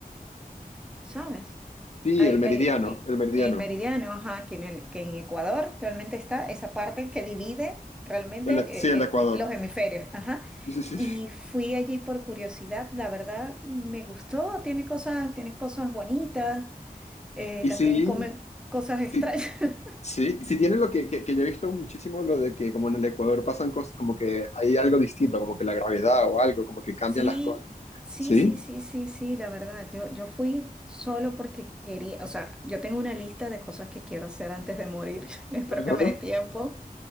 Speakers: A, in the centre; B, on the left.
A: ¿sabes?
B: Sí,
A: hay
B: el meridiano,
A: hay eh,
B: el meridiano.
A: en Meridiano, ajá, que en, el- que en Ecuador realmente está esa parte que divide realmente
B: El-
A: eh,
B: sí, el Ecuador.
A: eh, los hemisferios, ajá.
B: Sí, sí, sí.
A: Y fui allí por curiosidad, la verdad me gustó, tiene cosas, tiene cosas bonitas, eh,
B: Y
A: también
B: sí,
A: come cosas
B: sí,
A: extrañas, <laughs>
B: sí, sí tiene lo que, que, que yo he visto muchísimo, lo de que como en el Ecuador pasan cosas, como que hay algo distinto, como que la gravedad o algo, como que cambian
A: Sí,
B: las cosas.
A: sí,
B: Sí,
A: sí, sí, sí, sí, la verdad. Yo, yo fui solo porque quería, o sea, yo tengo una lista de cosas que quiero hacer antes de morir. <laughs> Espero
B: ajá,
A: que me dé tiempo.